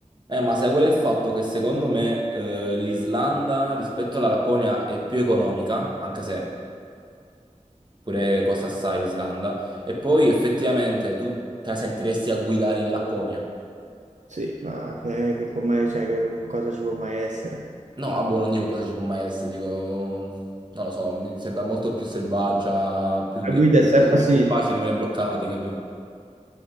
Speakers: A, on the right (about 35°); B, on the right (about 70°).
A: Eh, ma sai qual è il fatto? Che secondo me eh, l'Islanda rispetto alla Lapponia è più economica, anche se pure costa assai l'Islanda, e poi effettivamente tu te la sentiresti a guidare in Lapponia.
B: Sì, ma che, che può mai... Cioè, che cosa ci può mai essere?
A: No, ah, boh, non dico cosa ci può mai essere, dico, non lo so, mi sembra molto più selvaggia, più,
B: La
A: è
B: guida
A: più
B: è sempre a
A: è
B: sinistra.
A: più facile rimanere bloccati, capi?